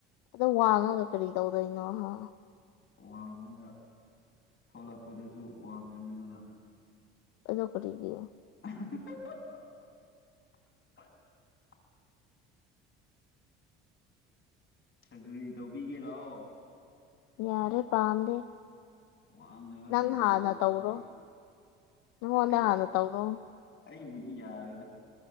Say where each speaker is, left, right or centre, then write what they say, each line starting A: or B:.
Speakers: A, on the left; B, on the left.
A: ꯑꯗꯣ ꯋꯥꯡꯉꯒ ꯀꯔꯤ ꯇꯧꯗꯣꯏꯅꯣ ꯍꯥ
B: ꯋꯥꯡꯉꯒ ꯊꯣꯛꯂꯛꯄꯗꯁꯨ ꯋꯥꯡꯉꯅꯤꯗꯅ
A: ꯑꯗꯣ ꯀꯔꯤꯒꯤ
B: <unintelligible> <unintelligible> ꯁꯔꯖꯔꯤ ꯇꯧꯕꯤꯒꯦ ꯂꯥꯛꯑꯣ
A: ꯌꯥꯔꯦ ꯄꯥꯝꯗꯦ
B: ꯋꯥꯡꯅꯕ
A: ꯅꯪ
B: ꯁꯔꯖꯔꯤ
A: ꯍꯥꯟꯅ
B: ꯇꯧꯕꯤꯒꯦ
A: ꯇꯧꯔꯣ ꯅꯪꯉꯣꯟꯗ
B: ꯑꯩꯔꯣ
A: ꯍꯥꯟꯅ ꯇꯧꯔꯣ
B: ꯑꯩꯕꯨꯗꯤ ꯌꯥꯔꯦꯗ